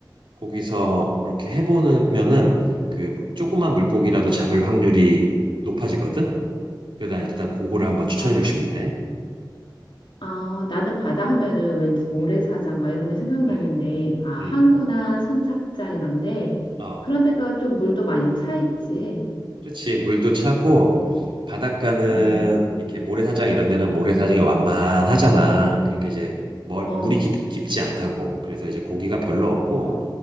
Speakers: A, on the right; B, on the left.
A: 거기서 이렇게 해보면은 그 조그만 물고기라도 잡을 확률이 높아지거든. 그래서 난 일단 그거를 한번 추천해주고
B: 아,
A: 싶네.
B: 아, 나는 바다 하면은 왠지 모래사장
A: 음,
B: 막 이런 게 생각나는데,
A: 음,
B: 아, 항구나
A: 음.
B: 선착장 이런데,
A: 어,
B: 그런 데가 좀 물도 많이 차 있지.
A: 그렇지. 물도 차고 바닷가는
B: 음,
A: 이렇게 모래사장 이런 데는 모래사장이 완만하잖아. 그러니까 이제 멀,
B: 어,
A: 물이 깊, 깊지 않다고. 그래서 이제 고기가 별로 없고
B: 어,